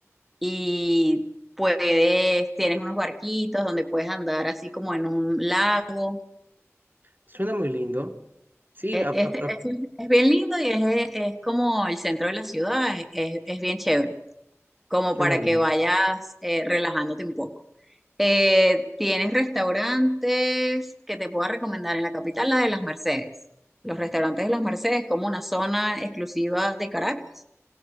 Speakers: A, in the centre; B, on the right (about 40°).
A: y puedes, tienes unos barquitos donde puedes andar así como en un lago.
B: Suena muy lindo. Sí,
A: E-
B: a- a-
A: Este, es, es bien lindo y es, es como el centro de la ciudad, es, es es bien chévere. como
B: Suena
A: para
B: linda.
A: que vayas eh, relajándote un poco. Eh, ¿tienes restaurantes que te pueda recomendar en la capital, la de las Mercedes? Los restaurantes de las Mercedes, como una zona exclusiva de Caracas.